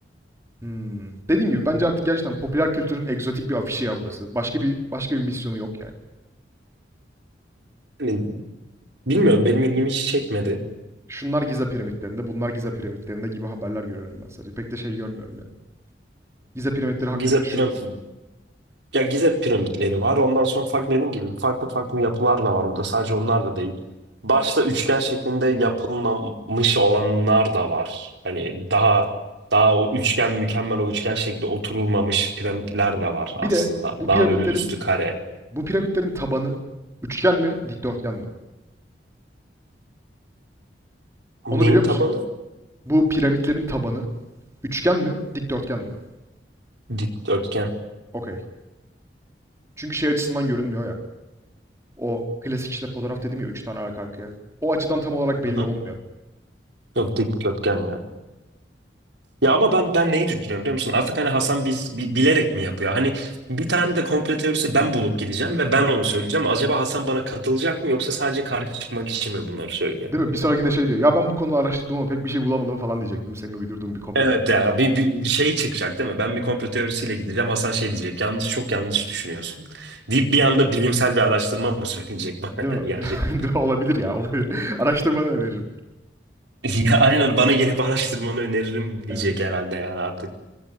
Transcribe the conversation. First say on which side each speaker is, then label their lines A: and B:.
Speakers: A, on the right (about 15°); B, on the right (about 80°).
A: Hmm. Dediğim gibi bence artık gerçekten popüler kültürün egzotik bir afişi ya burası. Başka bir başka bir misyonu yok yani.
B: Hani bilmiyorum benim ilgimi hiç çekmedi.
A: Şunlar Giza piramitlerinde, bunlar Giza piramitlerinde gibi haberler görüyorum ben sadece. Pek de şey görmüyorum yani. Giza piramitleri hakkında
B: Gize piram
A: şu.
B: ya Gize piramitleri var. Ondan sonra farklı dediğim gibi farklı farklı yapılar da var orada. Sadece onlar da değil. Başta üçgen şeklinde yapılmamış olanlar da var. Hani daha daha o üçgen mükemmel o üçgen
A: Evet.
B: şekli oturulmamış piramitler de var
A: Bir
B: aslında.
A: de bu
B: Daha
A: piramitlerin
B: böyle üstü kare.
A: bu piramitlerin tabanı üçgen mi, dikdörtgen mi?
B: Neyin
A: Onu biliyor
B: tabanı?
A: musun? Bu piramitlerin tabanı üçgen mi, dikdörtgen mi?
B: Dikdörtgen.
A: Okey. Çünkü şey açısından görünmüyor ya. O klasik işte fotoğraf dedim ya üç tane arka arkaya. O açıdan tam olarak belli
B: Hı hı.
A: olmuyor.
B: Yok dikdörtgen ya. Ya ama ben ben neyi düşünüyorum biliyor musun? Artık hani Hasan biz bi- bilerek mi yapıyor? Hani bir tane de komplo teorisi ben bulup gideceğim ve ben onu söyleyeceğim. Acaba Hasan bana katılacak mı yoksa sadece karşı çıkmak için mi bunları söylüyor?
A: Değil mi? Bir sonrakinde şey diyor. Ya ben bu konuda araştırdım ama pek bir şey bulamadım falan diyecektim. Senin uydurduğun bir komplo
B: Evet
A: teorisi
B: ya
A: için.
B: bir, bir, bir <laughs> şey çıkacak değil mi? Ben bir komplo teorisiyle gideceğim. Hasan şey diyecek. Yanlış çok yanlış düşünüyorsun. Deyip bir anda bilimsel bir araştırma mı söyleyecek bana
A: Değil
B: <laughs> yani
A: mi? <laughs>
B: gerçekten.
A: Değil mi? Olabilir ya. Olabilir. <laughs> Araştırmanı öneririm.
B: Ya aynen bana gelip araştırmanı öneririm diyecek
A: Evet.
B: herhalde yani artık.